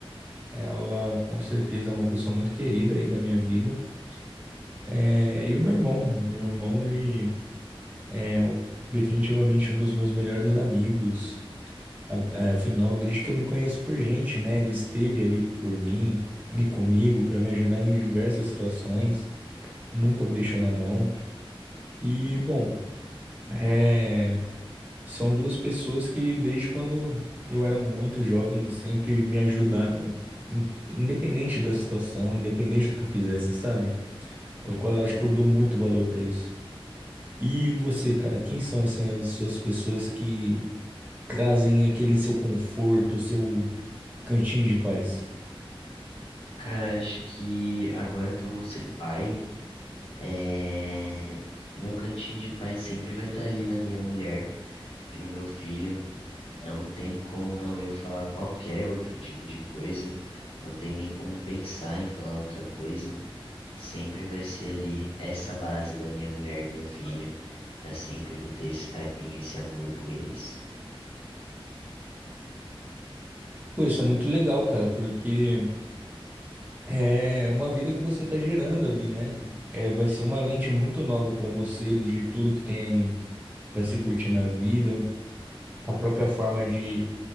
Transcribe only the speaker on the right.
Ela, com certeza, é uma pessoa muito querida aí da minha vida. É, e o meu irmão, o meu irmão, ele é o- definitivamente um dos meus melhores amigos. A- é, Afinal, desde que eu me conheço por gente, né? Ele esteve ali por mim e comigo para me ajudar em diversas situações. Nunca me deixou na mão. E, bom, é, são duas pessoas que, desde quando eu era muito jovem, sempre me ajudaram, in- independente da situação, independente do que eu fizesse, sabe? Eu co- acho
que eu dou muito valor pra isso. E você, cara, quem são assim as suas pessoas que trazem aquele seu conforto, seu cantinho de paz?
Pô, isso é muito legal, cara, porque é uma vida que você tá gerando ali, né? É, vai ser uma lente muito nova pra você, de tudo que tem pra se curtir na vida, a própria forma de